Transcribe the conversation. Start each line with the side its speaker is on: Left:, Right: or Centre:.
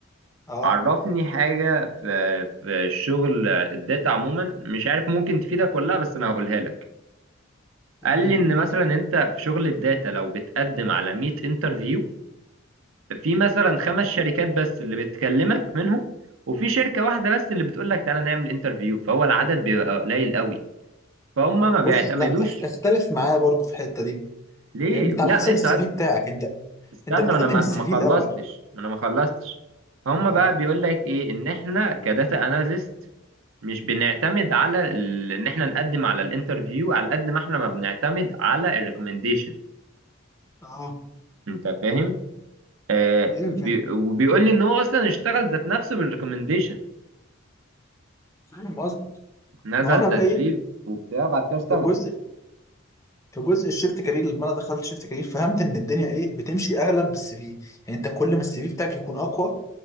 Left: اه
Right: عرفني حاجة في في الشغل آه، الداتا عموما مش عارف ممكن تفيدك ولا لا بس انا هقولها لك
Left: يعني
Right: قال لي ان مثلا انت في شغل الداتا لو بتقدم على 100 انترفيو في مثلا خمس شركات بس اللي بتكلمك منهم وفي شركة واحدة بس اللي بتقول لك تعالى نعمل انترفيو فهو العدد بيبقى قليل قوي فهم ما
Left: بص
Right: بيعتمدوش
Left: لا أخ- اختلف معايا برضو في الحته دي
Right: ليه
Left: لان انت
Right: لا
Left: على حسب
Right: اسمع
Left: السي
Right: بس
Left: في بتاعك انت
Right: استنى
Left: انت بتقدم
Right: ما انا ما
Left: السي
Right: ما
Left: في
Right: خلصتش
Left: الاول
Right: ما انا ما خلصتش هم
Left: اه
Right: بقى بيقول لك ايه ان احنا كداتا اناليست مش بنعتمد على ال... ان احنا نقدم على الانترفيو على قد ما احنا ما بنعتمد على الريكومنديشن
Left: اه
Right: انت فاهم آه
Left: ايوه
Right: بي
Left: فاهم
Right: وبيقول لي ان هو اصلا اشتغل ذات نفسه بالريكومنديشن
Left: فاهم قصدي
Right: نزل
Left: ما هو انا
Right: تدريب
Left: بقى ايه
Right: وبتاع بعد كده اشتغل
Left: في الجزء في جزء الشيفت كارير لما انا دخلت شيفت كارير فهمت ان الدنيا ايه بتمشي اغلب بالسي في يعني انت كل ما السي في بتاعك يكون اقوى